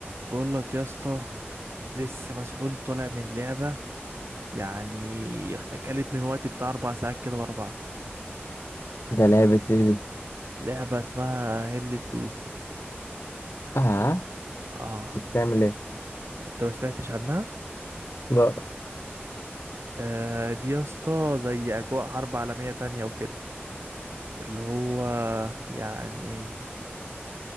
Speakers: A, on the right (about 75°); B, on the left (about 90°).
A: بقول لك يا اسطى لسه مسحول طالع من لعبة يعني اكلت من وقتي بتاع اربع ساعات كده ورا بعض
B: ده لعبة ايه دي؟
A: لعبة اسمها هيلة لوز
B: اه
A: اه
B: انت بتعمل ايه؟
A: انت ما سمعتش عنها
B: لا
A: آه دي يا اسطى زي اجواء حرب عالمية تانية وكده اللي هو يعني